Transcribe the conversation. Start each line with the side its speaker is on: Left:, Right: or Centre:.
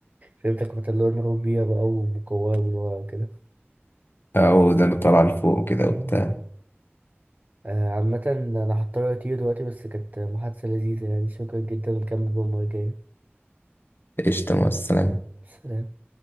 Right: فهمتك مثلا اللي هو دماغهم بيها بقى ومكورة من ورا وكده
Left: أو ده طالعة لفوق وكده
Right: اه
Left: وبتاع
Right: آه، عامة أنا هضطر أطير دلوقتي بس كانت محادثة لذيذة يعني شكرا جدا ونكمل بقى المرة الجاية
Left: قشطة مع السلامة
Right: سلام